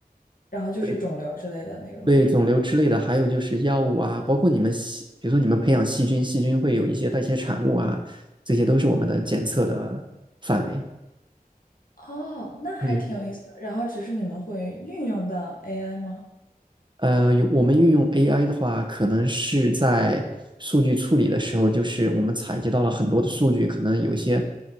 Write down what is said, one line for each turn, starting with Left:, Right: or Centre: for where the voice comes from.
Left: 然后就是肿瘤之类的那种是吗？
Right: 对对肿瘤之类的，还有就是药物啊，包括你们细，比如说你们培养细菌，细菌会有一些代谢产物啊，这些都是我们的检测的范围。
Left: 哦，那还挺有意思的。
Right: 对，
Left: 然后只是你们会运用到 AI 吗？
Right: 呃，有我们运用 AI 的话，可能是在数据处理的时候，就是我们采集到了很多的数据，可能有一些，